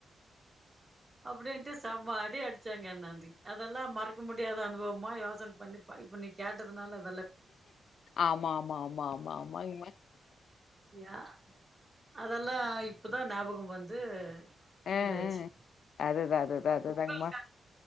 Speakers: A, on the right; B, on the left.
A: அப்படின்ட்டு சம அடி அடிச்சாங்க அன்னாந்தி அதெல்லா மறக்க முடியாத அனுபவம் மா யோசனை பண்ணி இப்ப நீ கேட்டதுனால அது
B: ஆமா ஆமா ஆமா ஆமா ஆமா
A: யா அதெல்லா இப் இப்போதா ஞாபக வந்து
B: ஹ்ஹ்
A: இதாச்சு
B: அதுதா அதுதா அதுதாங்கமா
A: உங்களுக்கு